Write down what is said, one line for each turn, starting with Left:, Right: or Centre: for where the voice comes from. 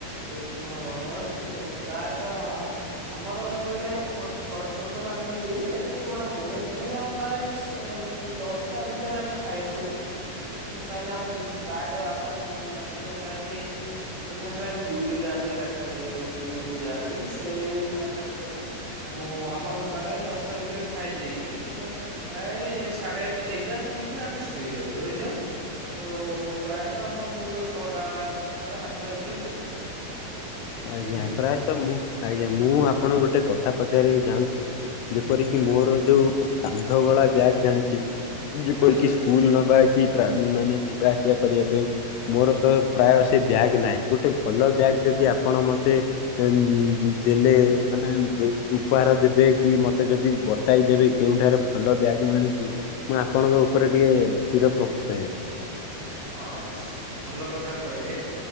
Right: ଶୁଣ <inaudible> ପ୍ରାୟତଃ ଆମର କଁ କହିଲେ ଛୋଟ୍ ବଡ ଛୋଟ ଫ୍ୟାମିଲି ବି ଏତେ ବଡ ନୁହେଁ ତଥାପି ଆମ ପ୍ରାୟଶ ଦଶଟା ଭିତରେ ଆମେ ଖାଇ ନଉ ଉଁ କାଇଁ ନା ପ୍ରାୟ ତ ବାପା ମ୍ୟାକ୍ସିମନ୍ ଟାଇମ୍ ଅଧିକାଂଶ ଟାଇମ୍ ଡ୍ୟୁଟି ଯାଆନ୍ତି ରାତିରେ ଡ୍ୟୁଟି ଯାଆନ୍ତି ସେଇ ପାଇଁ କି ମୁଁ ଆମର ପ୍ରାୟ ଦଶଟା ଭିତରେ ଖାଇ ଦେଇକି ଆମର ପ୍ରାୟ ସାଢେ ଏଗାରଟା ଭିତରେ ଆମେ ଶୋଇଯାଉ ହୋଇଯାଉ ପ୍ରାୟ ତ ଆମ ମୁଁ ତ ଛଅଟା ଛଅଟା ସାଡେ ଛଅଟା ଭିତରେ ମୁଁ ଉଠିଯାଏ।
Left: ଆଜ୍ଞା
Right: ବୁଝିଲେ।
Left: ପ୍ରାୟତଃ ମୁଁ ଆଜ୍ଞା ମୁଁ ଆପଣଙ୍କୁ ଗୋଟେ କଥା ପଚାରିବାକୁ ଯାଉଁଚି ଯେପରିକି
Right: ହୁଁ
Left: ମୋର ଯୋଉ କାନ୍ଧ ଗଳା ବ୍ୟାଗ୍ ଜାଣିଥିବେ ଯେପରିକି
Right: ଆଜ୍ଞା ଆଜ୍ଞା
Left: ସ୍କୁଲ ନବା କି ଟ୍ରାଭେଲ ମାନେ ଯିବା ଆସିବା କରିବା ପାଇଁ ମୋର ତ ପ୍ରାୟ ସେ ବ୍ୟାଗ୍ ନାଇଁ ଗୋଟେ ଭଲ ବ୍ୟାଗ୍ ଯଦି ଆପଣ ମତେ ଦେ ଦେଲେ ମାନେ ଉପହାର ଦେବେ କି ମତେ ଯଦି ବ ତାଇ ଦେବେ କେଉଁଠାରେ ଭଲ ବ୍ୟାଗ୍ ମିଳୁଚି ମୁଁ ଆପଣଙ୍କ ଉପରେ ଟିକେ ଚିର ପ୍ରକୃତ ହେବି।
Right: ହଁ ସ୍- ଭଲ କଥା କହିଲେ।